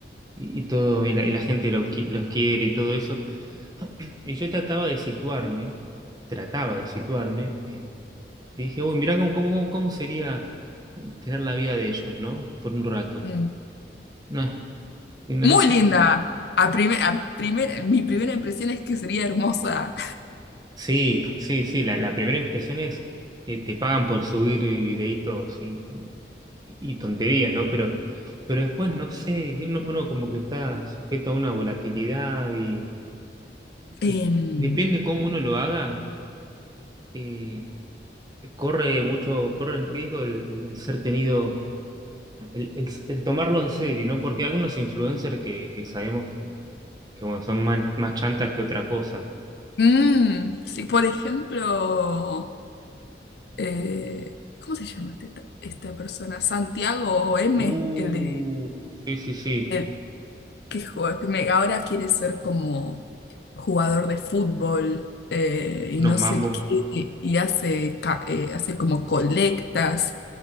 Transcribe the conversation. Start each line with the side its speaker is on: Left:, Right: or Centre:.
Right: y, y todo, y la, y la gente lo qui- los quiere y todo eso. <clears throat> Y yo trataba de situarme, trataba de situarme. eh, Y dije, uy, mirá cómo, cómo, cómo sería eh, tener la vida de ellos, ¿no? Por un rato.
Left: Mm.
Right: No, y no,
Left: Muy
Right: no sé.
Left: linda. A prime- a primer- mi primera impresión es que sería hermosa.
Right: Sí, sí, sí, la, la primera impresión es que te pagan por subir eh, videitos y, y tonterías, ¿no? Pero, pero después, no sé, uno, uno como que está sujeto a una volatilidad y, y-
Left: Em,
Right: y depende cómo uno lo haga, eh, corre mucho, corre en riesgo el, el- el ser tenido, el, el- el tomarlo en serio, ¿no? Porque hay algunos influencers que, que sabemos que bueno, son más, más chantas que otra cosa.
Left: mm, sí, por ejemplo, eh, ¿cómo se llama este ta- esta persona? Santiago M,
Right: Uh,
Left: el de
Right: sí, sí, sí,
Left: el que juega- que me- ahora quiere ser como jugador de fútbol eh, y
Right: unos
Left: no
Right: mambos,
Left: sé qué, y hace, ca- eh, hace como colectas.